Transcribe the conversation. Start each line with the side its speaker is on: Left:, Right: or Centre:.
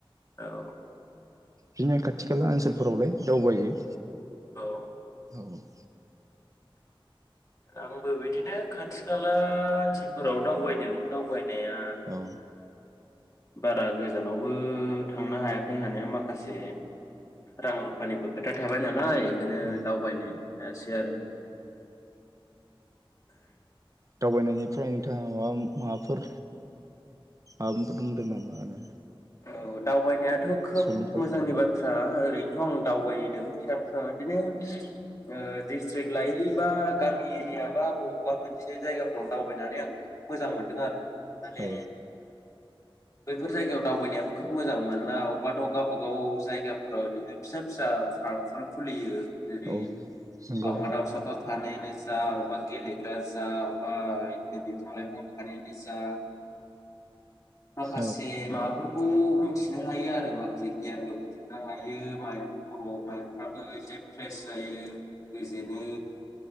Left: औ
Right: बिदिनो खाथि खाला ओनसोलफोरावलाय दावबायो।
Left: औ
Right: औ
Left: आंबो बिदिनो खाथि खाला ओनसोलफोराव दावबायदों दावबाय नाया
Right: औ
Left: बारा गोजानावबो थांनो हायाखै हानाया माखासे रां रुफानिबो खोथा थाबाय नालाय बेनो
Right: औ
Left: दावबायनाय हायासै दि आरो
Right: दावबायनायनिफ्राय नोंथाङा माबा माबाफोर आबुंफोर मोनदों नामा होनो
Left: औ दावबायनायाथ' खोब
Right: सुलुंफोर
Left: मोजांनि बाथ्रा ओरैनोथ आं दावबायदों। फिसा फिसा बिदिनो ओ दिस्ट्रिक लायै बा गामि एरिया बा बबबा मोनसे जायगाफ्राव दावबायनानै आं मोजां मोनदों आरो माने
Right: औ
Left: बैफोर जायगायाव दावबायनायाबो खोब मोजां मोना अबेबाथ गावबाागाव जायगाफ्राव बिदिनो फिसा फिसा पार्कफोर खुलियो। जेरै
Right: औ नंगौ
Left: दावमा दाउसाथ थानायानो जा बबेबा गेलेग्रा जा बबबा बिदिनो बिफां लाइफां थानायानो जा माखासे
Right: औ
Left: मा खौ मिथिनो हायो आरो माखासे गियानखौ बुथुमनो हायो। मायन्द खर' मायन्दफ्राबो एसे फ्रेस जायो गोजोनो।